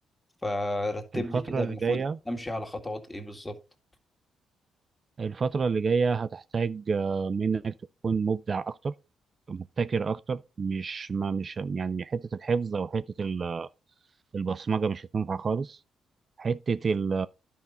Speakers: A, on the left (about 15°); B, on the right (about 40°).
A: فرتب
B: الفتره
A: لي كده
B: اللي
A: المفروض
B: جايه
A: امشي على خطوات ايه بالظبط
B: الفتره اللي جايه هتحتاج آه، منك تكون مبدع اكتر مبتكر اكتر مش ما مش يعني حته الحفظ او حته ال- البصمجه مش هتنفع خالص حته ال